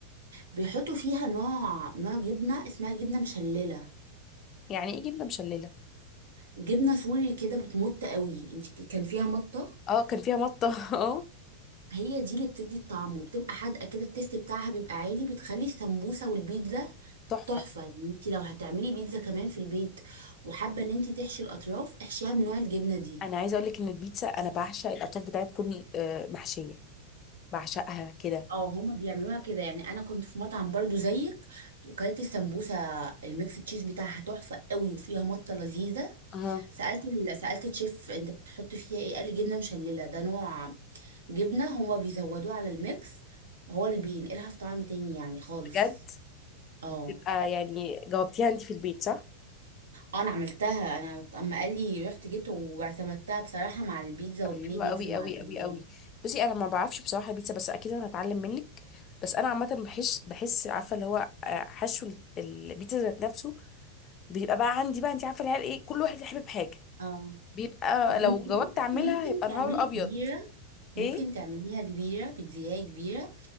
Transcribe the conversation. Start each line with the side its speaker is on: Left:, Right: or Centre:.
Right: بيحطوا فيها نوع نوع جبنة اسمها جبنة مشللة
Left: يعني ايه جبنه مشلله
Right: جبنة سوري كده بتمط قوي انت ك- كان فيها مطة
Left: اه كان فيها مطه <laughs> اه
Right: هي دي اللي بتدي الطعم وبتبقى حادقة كده التيست بتاعها بيبقى عالي بتخلي السمبوسة والبيتزا
Left: تحفه
Right: تحفة يعني انت لو هتعملي بيتزا كمان في البيت وحابة ان انت تحشي الأطراف احشيها بنوع الجبنة دي
Left: انا عايزه اقول لك ان البيتزا انا بعشق الاطراف بتاعتها تكون آه، محشيه بعشقها كده
Right: اه هما بيعملوها كده يعني انا كنت في مطعم برضو زيك وكلت السمبوسة الميكس تشيز بتاعها تحفة قوي وفيها مطة لذيذة
Left: اها
Right: سألت ال... سألت الشيف انت بتحط فيها ايه قال لي جبنة مشللة ده نوع جبنة هما بيزودوه على الميكس هو اللي بينقلها في طعم تاني يعني خالص
Left: بجد
Right: اه
Left: تبقى يعني جاوبتيها انت في البيت صح
Right: آه، انا عملتها انا اما قال لي رحت جبت واعتمدتها بصراحة مع البيتزا
Left: طب
Right: والميني
Left: حلوه
Right: بيتزا
Left: قوي
Right: مع
Left: قوي
Right: الأولاد
Left: قوي قوي بصي انا ما بعرفش بصراحه البيتزا بس اكيد انا هتعلم منك بس انا عامه بحس بحس عارفه اللي هو آه، حشو ال- البيتزا ذات نفسه بيبقى بقى عندي بقى انت عارفه العيال ايه كل واحد حابب حاجه
Right: اه
Left: بيبقى
Right: ما
Left: لو
Right: انت
Left: جاوبت
Right: ممكن
Left: اعملها
Right: ممكن
Left: هيبقى
Right: تعملي
Left: نهار ابيض
Right: كبيرة ممكن
Left: ايه
Right: تعمليها كبيرة بتزياية كبيرة